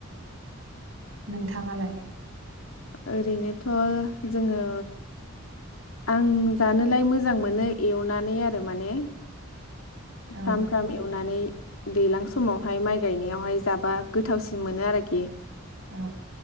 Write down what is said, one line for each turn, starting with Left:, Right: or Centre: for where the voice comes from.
Right: नोंथाङालाय?
Left: ओरैनोथ' जोङो। आं जानोलाय मोजां मोनो एवनानै आरो माने। फ्राम
Right: औ
Left: फ्राम एवनानै दैलां समावहाय माइ गायनायावहाय जाबा गोथावसिन मोनो आरोखि।
Right: अ